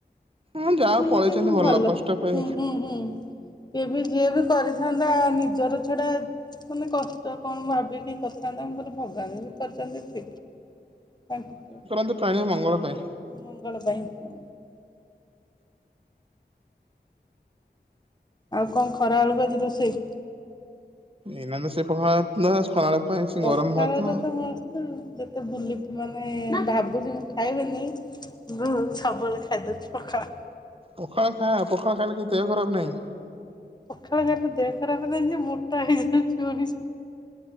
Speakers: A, on the right (about 30°); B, on the left (about 25°).
A: ହଁ ଯାହା ହଉ
B: ସେମତି
A: ପଳେଇଛନ୍ତି
B: ବି ଭଲ
A: କଷ୍ଟ ପାଇଁ
B: ହୁଁ ହୁଁ। ହୁଁ କେବେ ଯିଏ ବି କରିଥାନ୍ତା ନିଜର ଛଡା ମାନେ କ ତ କଣ ଭାବିକି କରଥାନ୍ତା ତାଙ୍କର ଭଗବାନ ବି କରିଛନ୍ତି ଠିକ୍ ତାଙ୍କୁ
A: କିନ୍ତୁ ପ୍ରାଣୀ ମଙ୍ଗଳ ପାଇଁ।
B: ମଙ୍ଗଳ ପାଇଁ ହଁ। ଆଉ କଣ ଖରା ବେଳକୁ ଆଜି ରୋଷେଇ?
A: ଏଇନା ତ ସେ ପଖାଳ ଭାତ ଥିଲା ଖରାବେଳ ପାଇଁ ସେ
B: ପଖାଳଟା
A: ଗରମ ଭାତ।
B: ମସ୍ତ ତ ଯେତେ ବୁଲି ମାନେ ଭାବୁଛି ମୁଁ ଖାଇବିନି। ହୁଁ ସବୁବେଳେ ଖାଇ ଦଉଚି ପଖାଳ।
A: ପଖାଳ ଖା ପଖାଳ ଖାଇଲେ କି ଦେହ ଖରାପ ନାହିଁ।
B: ସଖାଳ ଖାଇଲେ ଦେହ ଖରାପ ନାଇଁ ଯେ ମୋଟା ହେଇଯାଉଚି ମଣିଷ।